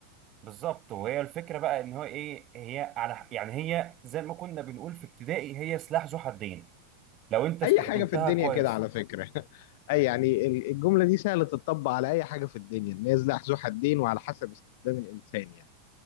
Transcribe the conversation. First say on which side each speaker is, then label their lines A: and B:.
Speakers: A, on the right; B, on the left.
A: بالظبط وهي الفكره بقى ان هو ايه هي على يعني هي زي ما كنا بنقول في ابتدائي هي سلاح ذو حدين لو انت استخدمتها
B: اي حاجه في الدنيا
A: كويس
B: كده على فكره <laughs> اي يعني ال- الجمله دي سهله تطبق على اي حاجه في الدنيا الناس لها ذو حدين وعلى حسب استخدام الانسان يعني